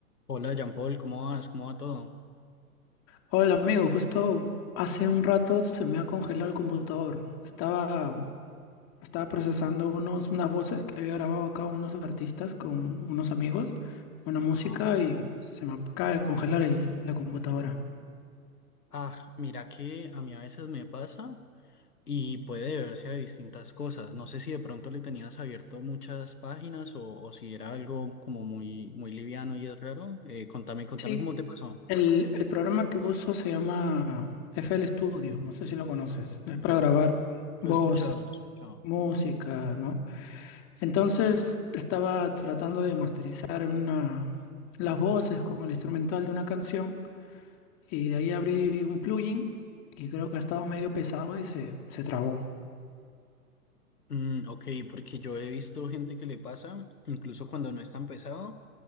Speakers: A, on the left (about 80°); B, on the left (about 30°).
A: Hola, Jean Paul, ¿cómo vas? ¿Cómo va todo?
B: Hola amigo, justo hace un rato se me ha congelado el computador. Estaba, estaba procesando unos, unas voces que había grabado acá unos artistas con unos amigos, una música
A: Ajá.
B: y se me acaba de congelar el- la computadora.
A: Ah, mira que a mí a veces me pasa y puede deberse a distintas cosas. No sé si de pronto le tenías abierto muchas páginas o, o si era algo como muy, muy liviano y es raro. Eh, contame, contame
B: Sí,
A: cómo te pasó.
B: el, el programa que uso se llama FL Studio, no sé si lo conoces. Es para grabar
A: Lo
B: voces,
A: he escuchado, lo he escuchado.
B: música, ¿no? Entonces estaba tratando de masterizar una, las voces con el instrumental de una canción Y de ahí abrí un plugin y creo que ha estado medio pesado y se, se trabó.
A: Mm, ok, porque yo he visto gente que le pasa, incluso cuando no es tan pesado.